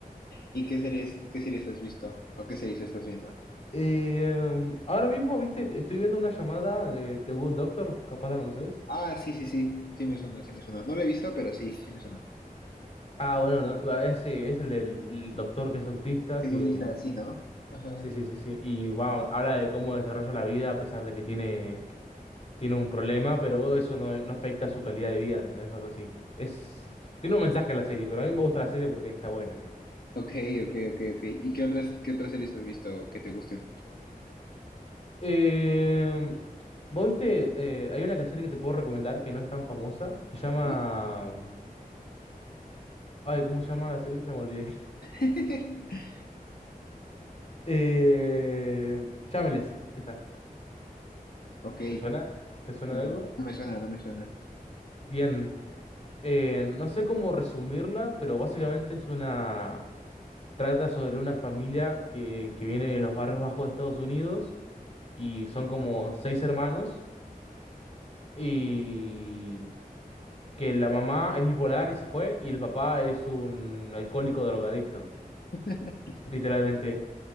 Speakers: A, on the left; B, on the left.
A: ¿Y qué series, qué series has visto? ¿O qué series estás viendo?
B: Eh, ahora mismo, viste, estoy viendo una llamada de The Good Doctor, capaz la conoces.
A: Ah, sí, sí, sí, sí me suena, sí me suena. No lo he visto, pero sí, sí me suena.
B: Ah, bueno, no, va, ese es el del el doctor que es autista,
A: Sí
B: que...
A: lo viste así, ¿no? Ajá.
B: Sí, sí, sí, sí. Y va, habla de cómo desarrolla la vida a pesar de que tiene tiene un problema, pero eso no, no afecta a su calidad de vida, ¿entendés? Algo así. Es, tiene un mensaje a la serie, pero a mí me gusta la serie porque está buena.
A: Ok, ok, ok, ok. ¿Y qué otras, qué otras series has visto que te gusten?
B: Eh, ¿vos viste? eh, hay una serie que te puedo recomendar que no es tan famosa. Se llama...
A: Ok.
B: mm, Ay, ¿cómo se llama la serie? Ya me olvidé. <laughs>
A: <laughs>
B: Eh, Shameless. Ahí está.
A: Ok,
B: ¿Te suena? ¿Te suena
A: no,
B: de algo?
A: no me suena, no me suena.
B: Bien. Eh, no sé cómo resumirla, pero básicamente es una... Trata sobre una familia que, que viene de los barrios bajos de Estados Unidos y son como seis hermanos y que la mamá es bipolar y se fue y el papá es un alcohólico drogadicto,
A: <laughs>
B: literalmente.